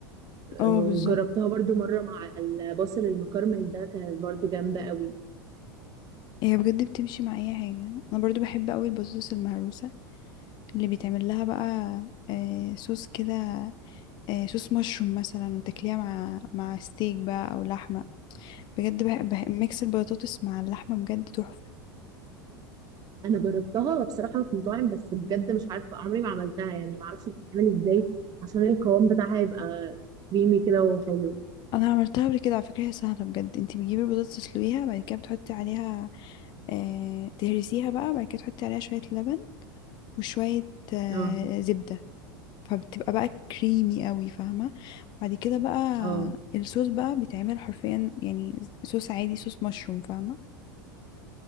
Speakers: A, on the right; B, on the left.
A: آه،
B: اه
A: وجربتها
B: بالظبط
A: برضو مره مع البصل المكرمل ده كانت برضو جامده قوي
B: هي بجد بتمشي مع اي حاجه انا برضو بحب قوي البطاطس المهروسه اللي بيتعمل لها بقى آه، صوص كده آه، صوص مشروم مثلا وتاكليها مع مع ستيك بقى او لحمه بجد بح... بح... ميكس البطاطس مع اللحمه بجد تحفه
A: انا جربتها بصراحه في مطاعم بس بجد مش عارفه عمري ما عملتها يعني ما اعرفش بتتعمل ازاي عشان القوام بتاعها يبقى كريمي كده وحلو
B: انا عملتها قبل كده على فكره هي سهله بجد انت بتجيبي البطاطس تسلقيها بعد كده بتحطي عليها آه... تهرسيها بقى بعد كده تحطي عليها شويه لبن وشويه آه...
A: اه
B: زبده فبتبقى بقى كريمي قوي فاهمه بعد كده بقى
A: اه
B: الصوص بقى بيتعمل حرفيا يعني صوص عادي صوص مشروم فاهمه